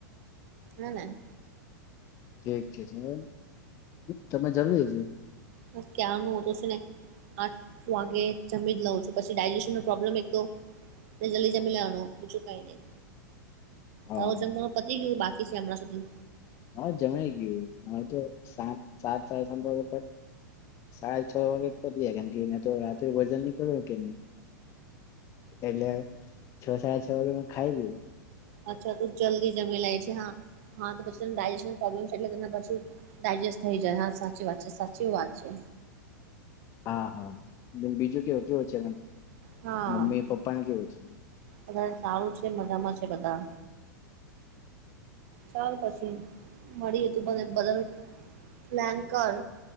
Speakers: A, on the right; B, on the left.
A: ના નાને
B: ઠીક છે જમ તમે જમજો
A: બ ક્યા નો તને આઠ વાગે જમી જ લઉ છું પછી ડાયજેશન ન પ્રોબ્લેમ એક તે જલ્દી જમે લ આનું બીજું કઈ નઈ
B: હા
A: હ જેમ ત પતી ગયું બાકી છે હમણાં સુધી
B: હા જમાઈ ગયું હવે તો સાત સાત સાાર સાત વાગે પ સાડા છ વાગે જ પલી્યા કેમ કે મેં તો રાત્રે ભજન નની કર્યું કે નહી એટલે છ સાડા છ વાગે ખાઈ લું
A: અચ્છા તો જલ્દી જમી લે છે હા હા તો પછી ડાયનોબ્લેમ છે એટલેછ ડાયજેસ્ટ થઈ જાય હા સાચી વાત છે સાચી વાત છે
B: હા હા બીજું કેવું કેવું છે
A: હા
B: મમ્મી પપ્પાને કેવું છે
A: બધા સારું છે મજામાં છે બધા ચાલ પછી મળી તુંને બદલ પન કર